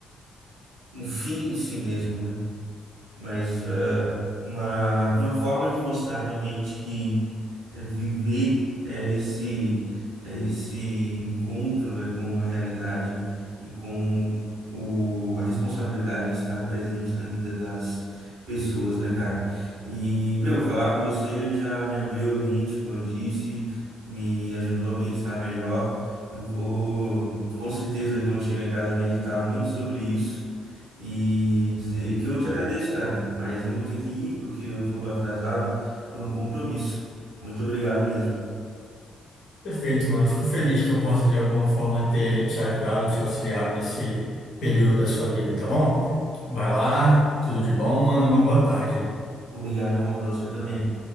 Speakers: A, on the right (about 75°); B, on the left (about 65°).
A: um fim em si mesmo, né? Mas eh, uma, uma forma de mostrar realmente que é, viver é, esse, é, esse encontro, né, com a realidade e com o, a responsabilidade de estar presente na vida das pessoas, né, cara? E, meu, falar com você já me abriu a mente, como eu disse, me ajudou a pensar melhor. Eu vou, com certeza, quando chegar em casa, meditar muito sobre isso. E dizer que eu te agradeço, cara, mas eu vou ter que ir porque eu tô atrasado por um compromisso. Muito obrigado mesmo.
B: perfeito, mano. Fico feliz que eu possa, de alguma forma, ter te ajudado, te auxiliado nesse período da sua vida, tá bom? Vai lá, tudo de bom, mano, e uma boa tarde.
A: Obrigado, irmão, para você também.